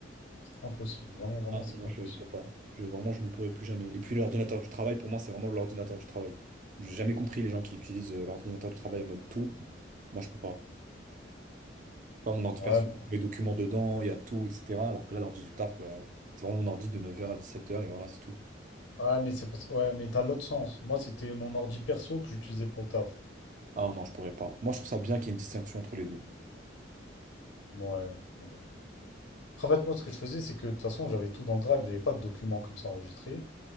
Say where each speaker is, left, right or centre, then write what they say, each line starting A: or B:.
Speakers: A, on the left; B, on the right.
A: C'est impossible. Vraiment, vraiment,
B: Ah non,
A: c'est
B: non,
A: impossible.
B: je peux pas. Je, vraiment, je ne pourrai plus jamais. Et puis l'ordinateur du travail, pour moi, c'est vraiment l'ordinateur du travail. J'ai jamais compris les gens qui utilisent euh, l'ordinateur du travail en mode tout. Moi, je peux pas. Je sais Pas mon ordi
A: Ouais,
B: perso,
A: bah,
B: les documents dedans, il y a tout, etc. Alors que là, l'ordi du taf, bah, c'est vraiment mon ordi de 9h à 17h et voilà, c'est tout.
A: ouais, mais c'est parce que ouais, mais t'as l'autre sens. Moi, c'était mon ordi perso que j'utilisais pour le taf.
B: Ah non, je pourrais pas. Moi, je trouve ça bien qu'il y ait une distinction entre les deux.
A: Ouais, ouais. Après, en fait, moi, ce que je faisais, c'est que de toute façon, j'avais tout dans le drive, j'avais pas de documents comme ça enregistrés.